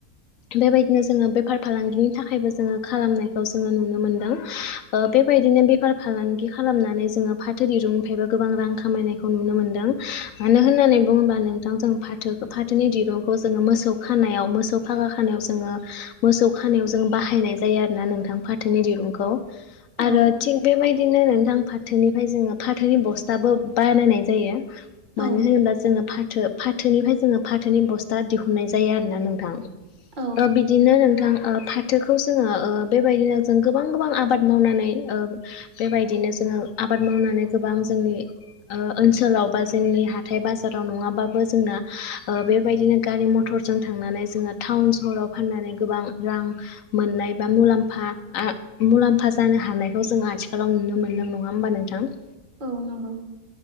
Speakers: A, on the left (about 65°); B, on the right (about 35°).
A: बेबायदिनो जोङो बेफार फालांगिनि थाखायबो जोङो खालामनायखौ जोङो नुनो मोनदों ओ बेबायदिनो बे बेफार फालांगि खालामनानै जोङो फाथो दिरुंनिफ्रायबो गोबां रां खामायनायखौ नुनो मोनदों मानो होनो - होननानै बुङोबा नोंथां जों फाथो फाथोनि दिरुंखौ जोङो मोसौ खानायाव मोसौ फागा खानायाव जोङो मोसौ खानायाव जों बाहायनाय जायो आरोना नोंथां फाथोनि दिरुंखौ आरो
B: औ
A: थिग बेबायदिनो नोंथां फाथोनिफ्राय जोङो फाथोनि बस्थाबो बानायनाय जायो। मानो
B: औ
A: होनोबा जोङो फा - थो फाथोनिफ्राय जोङो फाथोनि बस्था दिहुननाय जायो आरोना नोंथां।
B: औ
A: बा बिदिनो नोंथां। ओ फाथोखौ जोङो ओ बेबायदिनो जों गोबां गोबां आबाद मावनानै ओ बेबायदिनो जोङो आबाद मावनानै गोबां जोंनि ओ ओनसोलाव बा जोंनि हाथाय बाजाराव नङाबाबो जोंना ओ बेबायदिनो गारि मथ जों थांनानै जोङो टाउन सहराव फाननानै गोबां रां मोननाय बा मुलाम्फा मुलाम्फा जानो हानायखौ जोङो आथिखालाव नुनो मोनदों नङा होमबा नोंथां?
B: औ नंगौ